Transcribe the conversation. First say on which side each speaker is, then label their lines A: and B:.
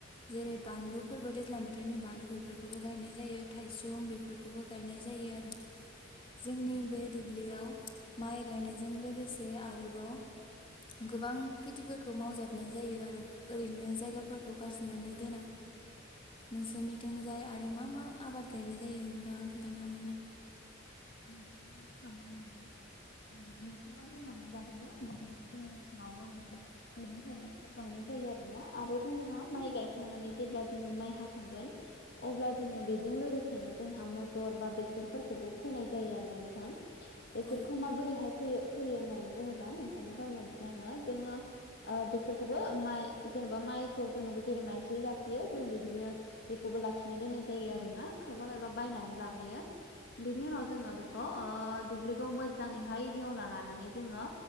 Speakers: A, on the left; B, on the left.
A: जेरै बानलु फोरबो दैज्लां बोथोरनि बानलु बेफोरखौबो गायनाय जायो थायसुम बेफोरखौबो गायनाय जायो आरो।
B: <unintelligible>
A: जोंनि बे दुब्लियाव माइ गायनायजों लोगोसे आरोबाव गोबां खेथि फोरखौ मावजाबनाय जायो आरो ओरैनो जायगा फोरखौ गारसोनानै दोना। नोंसोर निथिंजाय आरो मा मा आबाद गायनाय जायो नोंथाङा खिन्थानो हागो
B: <unintelligible> मा बुंलांनाय बादिनो बिदिनो जोंनि ओनसोलावबो बिदि मैगं थाइगंखौ गायनाय जायो आरोना। आरो जोंहा माइ गायखांनानै जेब्ला जोङो माइ हाखांगोन अब्ला जोङो बेजों लोगोसेनो जोंहा मटर बा बेसर फोरखौबो फोनाय जायो आरोना नोंथां। बेसोरखौ
A: औ
B: माबोरैहाय फैयो फैयो होननानै बुङोब्ला नोंथाङा फोरमायनोसै आंङो जोङो ओ- बेसखौबो माइ जेनेबा माइखौ जोङोबो जैरै मय ज्लि यो जों बिदिनो बेखौबो लाखिना दोननाय जायो आरोना, खायफा खायफा बायनानै लाबोयो। बेनि उनाव जोंङो बेखौ दुब्लिखौ मोजाङैहाय हेवना लानानै जोंङो